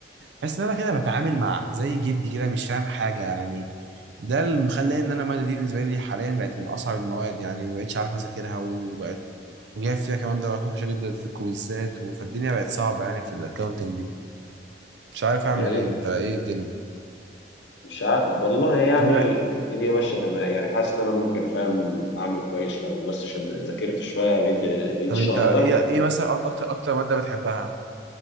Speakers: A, on the right (about 85°); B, on the left (about 80°).
A: بحس ان انا كده بتعامل مع زي جدي كده مش فاهم حاجه يعني ده اللي مخلي ان انا الماده دي بالنسبه لي حاليا بقت من اصعب المواد يعني ما بقتش عارف اذاكرها وبقت وجايب فيها كمان درجات وحشه جدا في الكويزات فالدنيا بقت صعبه يعني في الاكونتنج دي مش عارف اعمل
B: يعني
A: ايه انت ايه الدنيا
B: مش ع... والله يعني
A: طب
B: الدنيا ماشيه تمام يعني حاسس ان انا ممكن فاهم اعمل كويس لو بس شد... ذاكرت شويه بقيت بقيت
A: طب
B: الشهر
A: انت ايه
B: ده
A: ايه مثلا اكتر اكتر ماده بتحبها